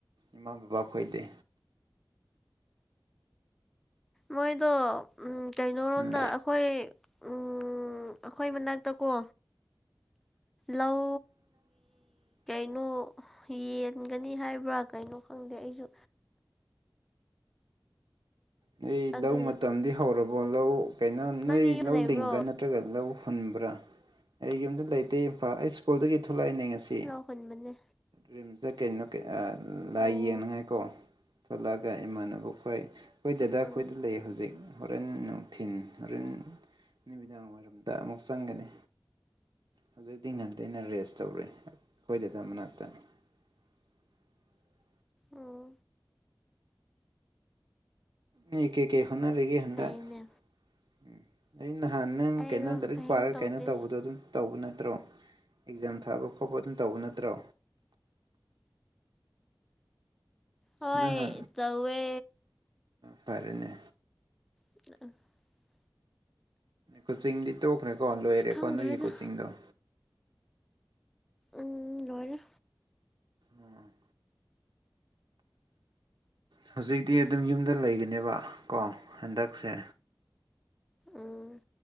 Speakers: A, on the right; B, in the centre.
A: ꯏꯃꯥ ꯕꯕꯥ ꯈꯣꯏꯗꯤ
B: ꯃꯣꯏꯗꯣ ꯀꯩꯅꯣꯣꯔꯣꯝꯗ
A: ꯎꯝ
B: ꯑꯩꯈꯣꯏ ꯎꯝ ꯑꯩꯈꯣꯏ ꯃꯅꯥꯛꯇ ꯀꯣ ꯂꯧ
A: ꯑ
B: ꯀꯣ ꯌꯦꯟꯒꯅꯤ ꯍꯥꯏꯕ꯭ꯔꯥ ꯀꯩꯅꯣ ꯈꯪꯗꯦ ꯑꯩꯁꯨ
A: ꯅꯣꯏ
B: ꯑꯗꯨꯒꯤ
A: ꯂꯧ ꯃꯇꯝꯗꯤ ꯍꯧꯔꯕꯣ ꯂꯧ ꯀꯩꯅꯣ ꯅꯣꯏ
B: ꯅꯪꯗꯤ ꯌꯨꯝ
A: ꯂꯧ
B: ꯂꯩꯕ꯭ꯔꯣ
A: ꯂꯤꯡꯕ꯭ꯔꯥ ꯅꯠꯇ꯭ꯔꯒ ꯂꯧ ꯍꯨꯟꯕ꯭ꯔꯥ ꯑꯩ ꯌꯨꯝꯗ ꯂꯩꯇꯦ ꯏꯝꯐꯥꯜ ꯑꯩ ꯁ꯭ꯀꯨꯜꯗꯒꯤ ꯂꯩꯅ ꯉꯁꯤ
B: ꯂꯧ ꯍꯨꯟꯕꯅꯦ
A: ꯔꯤꯝꯁꯇ ꯀꯩꯅꯣ ꯂꯥꯏ
B: ꯑꯣ
A: ꯌꯦꯡꯅꯉꯥꯏꯀꯣ ꯊꯣꯛꯂꯛꯑꯒ ꯏꯃꯥꯟꯅꯕ ꯑꯩꯈꯣꯏ ꯑꯩꯈꯣꯏ ꯗꯗꯥ
B: ꯎꯝ
A: ꯑꯩꯈꯣꯏꯗ ꯂꯩ ꯍꯧꯖꯤꯛ ꯍꯣꯔꯦꯟ ꯅꯨꯡꯊꯤꯟ ꯍꯣꯔꯦꯟ ꯅꯨꯃꯤꯗꯥꯡ ꯋꯥꯏꯔꯝꯗ ꯑꯃꯨꯛ ꯆꯪꯒꯅꯤ ꯍꯧꯖꯤꯛꯇꯤ ꯉꯟꯗꯦꯩꯅ ꯔꯦꯁ ꯇꯧꯔꯦ ꯑꯩꯈꯣꯏꯗꯗ ꯃꯅꯥꯛꯇꯅꯤ <unintelligible>
B: ꯎꯝ
A: ꯑꯩ ꯀꯩ ꯀꯩ ꯍꯣꯠꯅꯔꯒꯦ ꯍꯟꯗꯛ
B: ꯐꯩꯅꯦ
A: ꯎꯝ ꯅꯍꯥꯟ ꯅ
B: ꯑꯩꯔꯣ
A: ꯀꯩꯅꯣ ꯂꯥꯏꯔꯤꯛ
B: ꯀꯔꯤꯝ
A: ꯄꯥꯔꯒ
B: ꯇꯧꯗꯦ
A: ꯀꯩꯅꯣ ꯇꯧꯕꯗꯣ ꯑꯗꯨꯝ ꯇꯧꯕ ꯅꯠꯇ꯭ꯔꯣ ꯑꯦꯛꯖꯥꯝ ꯊꯥꯕ ꯈꯣꯠꯄ ꯑꯗꯨꯝ ꯇꯧꯕ ꯅꯠꯇ꯭ꯔꯣ
B: ꯍꯣꯏ
A: ꯍ
B: ꯇꯧꯋꯦ
A: ꯐꯔꯦꯅꯦ
B: <unintelligible>
A: ꯀꯣꯆꯤꯡꯗꯤ ꯇꯣꯛꯈ꯭ꯔꯦꯀꯣ ꯂꯣꯏꯔꯦꯀꯣ
B: ꯑꯁ ꯈꯪꯗ꯭ꯔꯦꯗ
A: ꯅꯣꯏꯒꯤ ꯀꯣꯆꯤꯡꯗꯣ
B: ꯎꯝ ꯂꯣꯏꯔꯦ
A: ꯎꯝ ꯍꯧꯖꯤꯛꯇꯤ ꯑꯗꯨꯝ ꯌꯨꯝꯗ ꯂꯩꯒꯅꯦꯕ ꯀꯣ ꯍꯟꯗꯛꯁꯦ
B: ꯎꯝ